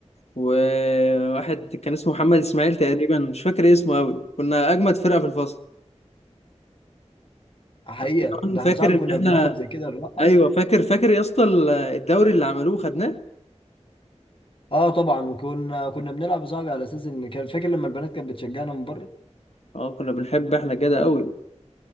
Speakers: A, on the left; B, on the left.
A: وواحد كان اسمه محمد اسماعيل تقريبا مش فاكر إيه اسمه قوي كنا اجمد فرقه في الفصل
B: حقيقة
A: حتى كمان
B: ده
A: فاكر
B: احنا صاحبي
A: ان
B: كنا
A: احنا
B: بناخد زي كده نرقص
A: ايوه فاكر فاكر يا اسطى الدوري اللي عملوه خدناه
B: اه طبعا وكنا كنا بنلعب يا صاحبي على اساس ان كان فاكر لما البنات كانت بتشجعنا من بره
A: اه كنا بنحب احنا كده قوي